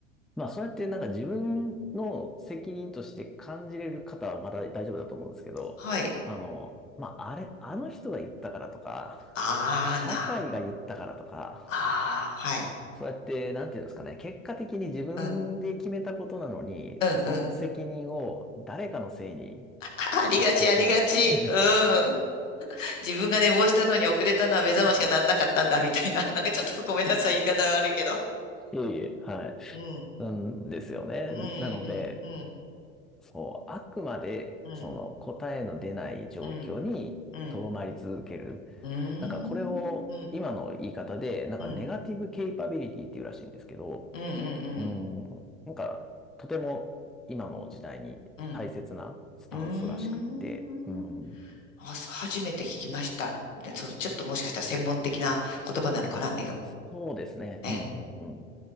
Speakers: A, in the centre; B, on the left.
A: まあ、それってなんか自分の責任として感じれる方はまだ大丈夫だと思うんですけど、
B: はい。
A: あの、まあ、あれ、あの人が言ったからとか、
B: あーな。
A: 社会が言ったからとか、
B: あー、はい。
A: そうやって、なんていうんですかね、結果的に自分で決めたことなのに、
B: うん、うん、
A: その責任を誰かのせいにし、
B: うん。あありがち、
A: してしまうっていう。
B: ありがち。うん。自分が寝坊したのに遅れたのは目覚ましがならなかったんだみたいな。
A: <laughs>
B: <laughs> なんかちょっとごめんなさい、言い方悪いけど。
A: いえいえ、はい。
B: うん。
A: なんですよね。
B: うんう
A: なので、
B: んうん
A: そう、あくまで、
B: うん
A: その答えの出ない状況に留まり続ける。
B: うんうんうんうんうん
A: なんかこれを今の言い方で、なんかネガティブケイパビリティっていうらしいんですけど、
B: うんうんうん
A: うん。なんか、とても今の時代に大切なスタンスらしくって。
B: うんうん
A: うん。
B: あ、そう初めて聞きました。で、そのちょっともしかしたら専門的な言葉なのかな、
A: あ、
B: ね、
A: そうですね。
B: ええ。
A: うん、うん、うん。